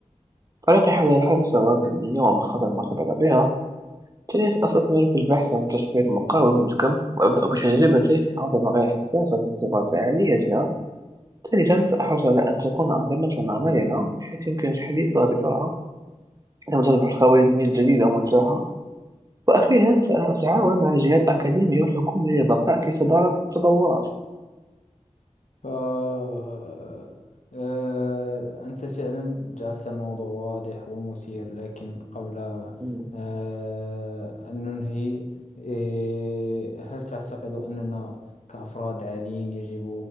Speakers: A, on the right (about 30°); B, on the left (about 85°).
A: فريقي حول الحل ثروات كمية ومخاطر ما سبق بها جلست أستثمر في البحث عن تشفير مقاوم للكم وأبدأ بتجربته عندما غير حساسة لاختبار فعاليتها ثالثا سأحرص على أن تكون أنظمتنا مرنة بحيث يمكن تحديثها بسرعة عندما تصبح الخوارزمية الجديدة متاحة وأخيرا سأتعاون مع الجهات الأكاديمية والحكومية للبقاء في صدارة التطورات
B: ف آه، آه، أنت فعلا جعلت الموضوع واضح ومثير لكن قبل
A: مم.
B: آه، أن ننهي إيه، هل تعتقد أننا كأفراد عاديين يجب